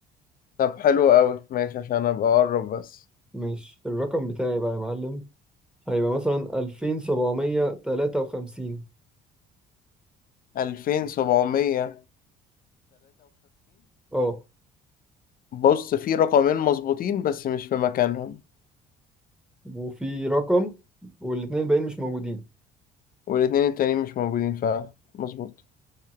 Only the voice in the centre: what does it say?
ماشي الرقم بتاعي بقى يا معلم هيبقى مثلا ألفين سبعمية تلاتة وخمسين
اه
وفي رقم والاتنين الباقيين مش موجودين